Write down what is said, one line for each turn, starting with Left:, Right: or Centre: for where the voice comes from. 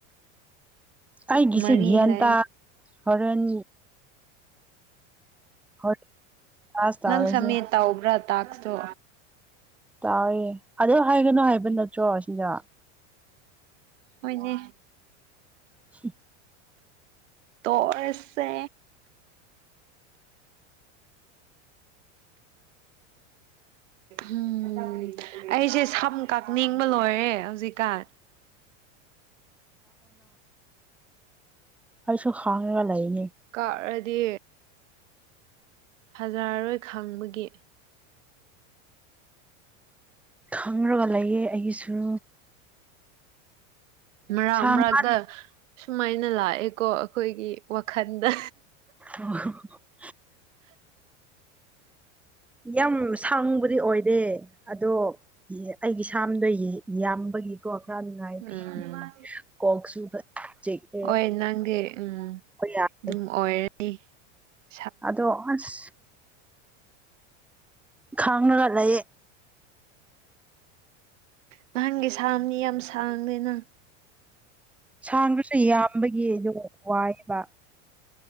Centre: ꯑꯩꯒꯤꯁꯦꯒꯤ
Right: ꯃꯔꯤ
Centre: ꯒꯤꯑꯇ
Right: ꯂꯩ
Centre: ꯍꯣꯔꯦꯟ ꯍꯣꯔꯦꯟ ꯀ꯭ꯂꯥꯁ ꯇꯧꯔꯁꯦ
Right: ꯅꯪ ꯁꯃꯦ ꯇꯕ꯭ꯔꯥ ꯇꯥꯇꯣ
Centre: ꯇꯥꯏꯑꯦ ꯑꯗꯨꯗ ꯍꯥꯏꯒꯅꯨ ꯍꯥꯏꯕ ꯅꯠꯇ꯭ꯔꯣ ꯁꯤꯗ
Right: ꯍꯣꯏꯅꯦ
Centre: ꯁꯤ
Right: ꯇꯣꯛ ꯑꯥ ꯁꯦ ꯎꯝ ꯑꯩꯁꯦ ꯁꯝ ꯀꯛꯅꯤꯡꯕ ꯂꯣꯏꯔꯦ ꯍꯧꯖꯤꯛꯀꯥꯟ
Centre: ꯑꯩꯁꯨ ꯈꯥꯉꯒ ꯂꯩꯅꯤ
Right: ꯀ ꯗꯦ ꯐꯖꯔꯔꯣꯏ ꯈꯪꯕꯒꯤ
Centre: ꯈꯪꯔꯒ ꯂꯩꯌꯦ ꯑꯩꯒꯤꯁꯨ
Right: ꯃꯔꯛ
Centre: ꯁꯥꯡꯕ
Right: ꯃꯔꯥꯛꯗ ꯁꯨꯃꯥꯏꯅ ꯂꯥꯛꯑꯦꯀꯣ ꯑꯩꯈꯣꯏꯒꯤ ꯋꯥꯈꯟꯗ
Centre: ꯑ ꯌꯥꯝ ꯁꯥꯡꯕꯗꯤ ꯑꯣꯏꯗꯦ ꯑꯗꯣ ꯑꯩꯒꯤ ꯏꯁꯝꯗꯣ ꯌꯥꯝꯕꯒꯤꯀꯣ ꯈꯔ ꯅꯨꯡꯉꯥꯏꯇꯦ
Right: ꯎꯝ
Centre: ꯀꯣꯛ ꯆꯨꯕ ꯆꯤꯛꯑꯦ
Right: ꯍꯣꯏ ꯅꯪꯒꯤ ꯎꯝ
Centre: ꯍꯣꯏ ꯌꯥꯗꯦ
Right: ꯑꯗꯨꯝ ꯑꯣꯏꯔꯦ ꯎ
Centre: ꯑꯗꯣ ꯑꯁ ꯈꯥꯡꯅꯒ ꯂꯩꯌꯦ
Right: ꯅꯍꯪꯒꯤ ꯁꯥꯝꯅꯤ ꯌꯥꯝ ꯁꯥꯡꯗꯦꯅ
Centre: ꯁꯥꯡꯗꯨꯁꯨ ꯌꯥꯝꯕꯒꯤ ꯑꯗꯨ ꯋꯥꯏ <unintelligible>